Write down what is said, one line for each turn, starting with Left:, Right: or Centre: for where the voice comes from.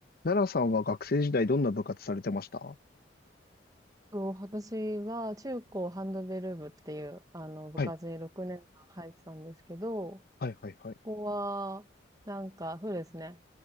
Left: 奈良さんは学生時代どんな部活されてましたは
Right: と、私は中高ハンドベル部っていう、あの、部活に6年間入ってたんですけど、
Left: い、はい、はい、はい。
Right: ここは、なんか、そうですね。